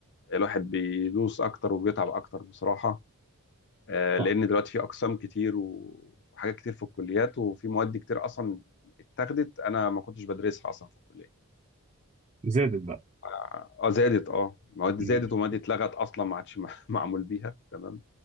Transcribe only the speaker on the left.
الواحد بيدوس اكتر وبيتعب اكتر بصراحه آه،
لان دلوقتي في اقسام كتير وحاجات كتير في الكليات وفي مواد كتير اصلا اتاخدت انا ما كنتش بدرسها اصلا في الكليه
اه آه، زادت اه مواد
زادت ومواد اتلغت اصلا ما عادش مع- <laughs> معمول بيها تمام